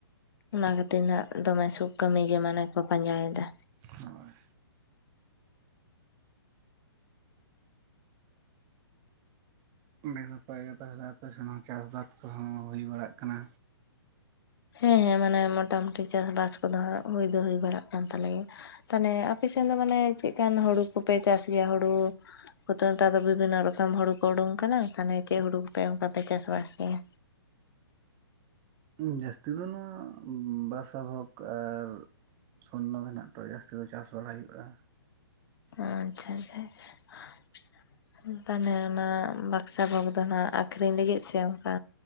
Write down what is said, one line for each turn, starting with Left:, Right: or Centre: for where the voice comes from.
Left: ᱚᱱᱟ ᱠᱷᱟᱹᱛᱤᱨ ᱱᱷᱟᱸᱜ ᱫᱚᱢᱮ ᱥᱩᱠᱷ ᱠᱟᱹᱢᱤ ᱜᱮ ᱢᱟᱱᱮ ᱠᱚ ᱯᱟᱸᱡᱟ ᱭᱮᱫᱟ᱾
Right: ᱱᱟᱦᱟᱜ ᱦᱳᱭ ᱵᱮ ᱥᱚᱠᱳᱡ ᱜᱮ ᱛᱚᱵᱮ ᱫᱚ ᱟᱯᱮ ᱥᱮᱱ ᱦᱚᱸ ᱪᱟᱥ ᱵᱟᱫ ᱠᱚᱦᱚᱸ ᱦᱩᱭ ᱵᱟᱲᱟᱜ ᱠᱟᱱᱟ᱾
Left: ᱦᱮᱸ ᱦᱮᱸ ᱢᱟᱱᱮ ᱢᱚᱴᱟ ᱢᱩᱴᱤ ᱪᱟᱥ ᱵᱟᱥ ᱠᱚᱫᱚ ᱦᱟᱸᱜ ᱦᱩᱭ ᱫᱚ ᱦᱩᱭ ᱵᱟᱲᱟᱜ ᱠᱟᱱ ᱛᱟᱞᱮ ᱜᱮ᱾ ᱛᱟᱦᱮᱱᱮ ᱟᱯᱮ ᱥᱮᱱ ᱫᱚ ᱢᱟᱱᱮ ᱪᱮᱜ ᱠᱟᱱ ᱦᱩᱲᱩ ᱠᱚᱯᱮ ᱪᱟᱥ ᱜᱮᱭᱟ ᱦᱩᱲᱩ ᱠᱩ ᱛᱚᱨ ᱱᱮᱛᱟᱨ ᱫᱚ ᱵᱤᱵᱤᱱᱟ ᱨᱚᱠᱚᱢ ᱦᱩᱲᱩ ᱠᱚ ᱩᱰᱩᱝ ᱠᱟᱱᱟ, ᱛᱟᱦᱮᱱᱮ ᱪᱮᱫ ᱦᱩᱲᱩ ᱠᱚᱯᱮ ᱚᱸᱠᱟ ᱯᱮ ᱪᱟᱥ ᱵᱟᱥ ᱜᱮᱭᱟ?
Right: ᱩᱸ ᱡᱟᱹᱥᱛᱤ ᱫᱚ ᱱᱚᱶᱟ ᱵᱟᱥᱟ ᱵᱷᱳᱠ ᱟᱨ ᱥᱚᱨᱱᱚ ᱜᱮ ᱱᱷᱟᱸᱜ ᱛᱚ ᱡᱟᱹᱥᱛᱤ ᱫᱚ ᱪᱟᱥ ᱵᱟᱲᱟ ᱦᱩᱭᱩᱜ-ᱟ᱾
Left: ᱟᱪᱪᱷᱟ ᱟᱪᱪᱷᱟ ᱟᱪᱪᱷᱟ ᱾ ᱛᱟᱦᱮᱱᱮ ᱚᱱᱟ ᱵᱟᱠᱥᱟ ᱵᱷᱳᱜᱽ ᱫᱚ ᱱᱷᱟᱸᱜ ᱟᱹᱠᱷᱨᱤᱧ ᱞᱟᱹᱜᱤᱫ ᱥᱮ ᱚᱸᱠᱟ